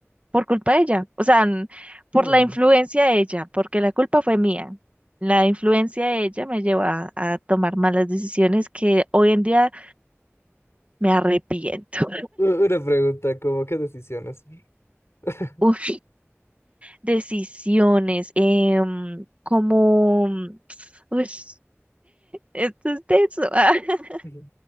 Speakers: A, on the right (about 30°); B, on the left (about 65°).
A: por culpa de ella, o sea, n- por
B: Mm.
A: la influencia de ella, porque la culpa fue mía. La influencia de ella me llevó a, a tomar malas decisiones que hoy en día me arrepiento.
B: U- Una pregunta, como, ¿qué decisiones? <laughs>
A: <laughs> Uf, decisiones, em, como... <tsk> uy, <laughs> esto es tenso. <laughs>
B: Ujú.